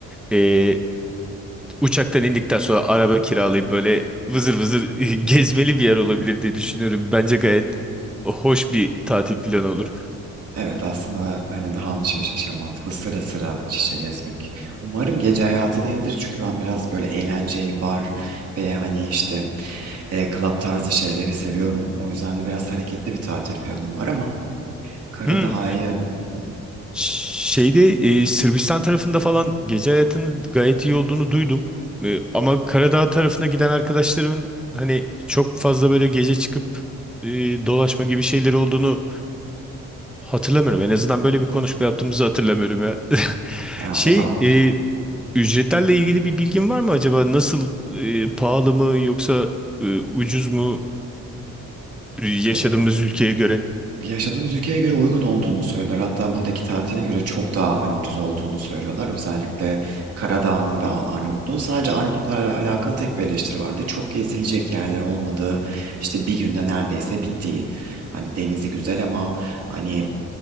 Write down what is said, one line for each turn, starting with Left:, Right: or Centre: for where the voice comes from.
Centre: e, uçaktan indikten sonra araba kiralayıp böyle vızır vızır <laughs> gezmeli bir yer olabilir diye düşünüyorum. Bence gayet hoş bir tatil planı olur.
Right: Evet aslında hani daha mı şey, şey mantıklı sıra sıra şişe gezmek. Umarım gece hayatı değildir çünkü ben biraz böyle eğlenceyi bar ve hani işte e, club tarzı şeyleri seviyorum. O yüzden de biraz hareketli bir tatil planım var ama Karadağ'ı
Centre: Hmm.
Right: Hı hı.
Centre: Şeyde e, Sırbistan tarafında falan gece hayatının gayet iyi olduğunu duydum. E, ama Karadağ tarafına giden arkadaşlarımın hani çok fazla böyle gece çıkıp e, dolaşma gibi şeyleri olduğunu Hatırlamıyorum. En azından böyle bir konuşma yaptığımızı hatırlamıyorum ya. <laughs>
Right: ya
Centre: Şey,
Right: o zaman
Centre: e, ücretlerle ilgili bir bilgin var mı acaba? Nasıl e, pahalı mı yoksa e, ucuz mu e, yaşadığımız
Right: <laughs>
Centre: ülkeye göre?
Right: yaşadığımız ülkeye göre uygun olduğunu söylüyorlar. Hatta buradaki tatile göre çok daha hani ucuz olduğunu söylüyorlar. Özellikle Karadağ'ın ve A- Arnavutluğun. Sadece Arnavutluklarla alakalı tek bir eleştiri vardı. Çok gezilecek yerler olmadığı, işte bir günde neredeyse bittiği. Hani denizi güzel ama hani